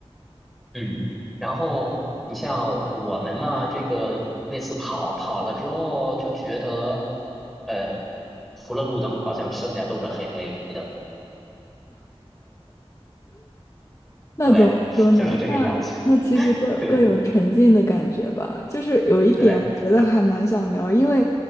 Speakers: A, in the centre; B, on the left (about 30°).
A: 嗯，然后你像我们嘛，这个那次跑跑了之后，就觉得，呃，除了路灯，好像剩下都是黑黑的，
B: 那怎么说呢？
A: 对，<laughs> 就是这个样子，
B: 那那其实各各有沉浸的感觉吧。
A: 对
B: 就是有一点，
A: 对，
B: 我觉得还蛮想聊，因为